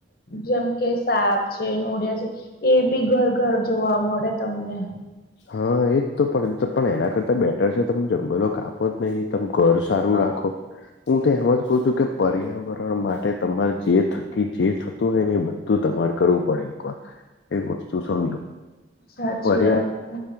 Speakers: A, on the left (about 55°); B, on the left (about 70°).
A: જેમ કે સાપ છે, નોડિયા છે એ બી ઘર-ઘર જોવા મળે તમને.
B: હા એજ તો પણ પણ એના કરતા બેટર છે, તમે જંગલો કાપો જ નહીં. તમે ઘર સારું
A: હા,
B: રાખો હું તો એમ જ કહ છું કે પર્યાવરણ માટે તમારે જે થકી જે થતું હોય ને એ બ તું તમારે કરવું પડે એક વાર, એક વસ્તુ સમજો
A: સાચી
B: પર્યા
A: વાત છે.